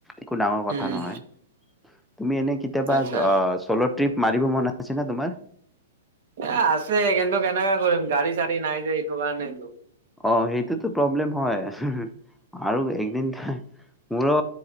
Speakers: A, in the centre; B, on the right.
A: একো ডাঙৰ কথা
B: উম
A: নহয়। তুমি এনে কেতিয়াবা
B: আচ্ছা
A: অ' চ'ল' ট্ৰিপ মাৰিব মন আছেনে তোমাৰ?
B: এ, আছে কিন্তু কেনেকা কৰিম, গাড়ী চাড়ী নাই যে এইটো কাৰণে।
A: অ' সেইটোতো প্ৰব্লেম হয় আৰু একদিন মোৰো